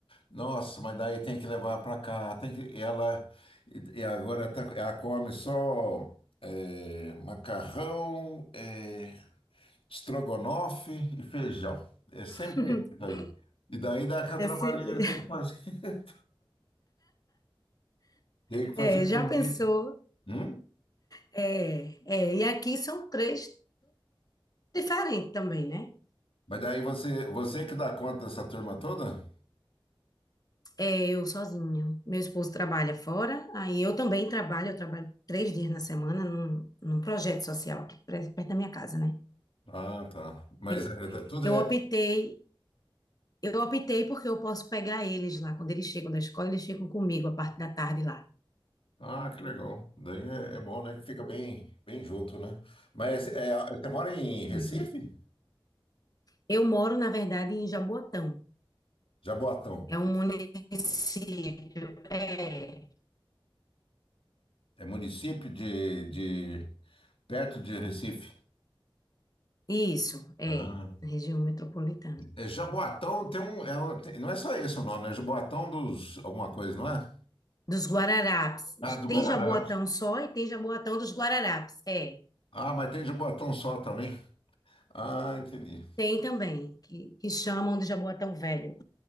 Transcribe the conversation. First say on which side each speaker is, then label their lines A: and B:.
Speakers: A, on the left (about 75°); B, on the left (about 45°).
A: Nossa, mas daí tem que levar para cá, tem que, e ela, e e agora tá, ela come só eh, macarrão, eh, estrogonofe e feijão. É sempre
B: <laughs>
A: isso aí. E daí dá aquela
B: Esse-
A: trabalheira, tem que fazer, <laughs> tem que
B: é,
A: fazer
B: já
A: comida.
B: pensou?
A: Hum?
B: É, é, e aqui são três. diferente também, né?
A: Mas daí você, você que dá conta dessa turma toda?
B: É eu sozinha. Meu esposo trabalha fora, aí eu também trabalho, eu trabalho três dias na semana num, num projeto social aqui pre- perto da minha casa, né?
A: Ah, tá. Mas
B: Eu,
A: é, é, tudo
B: eu
A: é.
B: optei, eu optei porque eu posso pegar eles lá. Quando eles chegam da escola, eles ficam comigo a parte da tarde lá.
A: Ah, que legal. Daí é, é bom, né? Que fica bem, bem junto, né? Mas é, você mora em Recife?
B: Uhum. Eu moro, na verdade, em Jaboatão.
A: Jaboatão.
B: É um município. É,
A: É município de, de perto de Recife.
B: isso, é,
A: Ah.
B: na região metropolitana.
A: É Jaboatão tem um, é um- tem- não é só esse o nome, é Jaboatão dos alguma coisa, não é?
B: Dos Guararapes.
A: Ah, do
B: Tem
A: Guararapes.
B: jaboatão só e tem jaboatão dos Guararapes. É,
A: Ah, mas tem Jaboatão só também. Ah, entendi.
B: tem também, que, que chamam de jaboatão velho.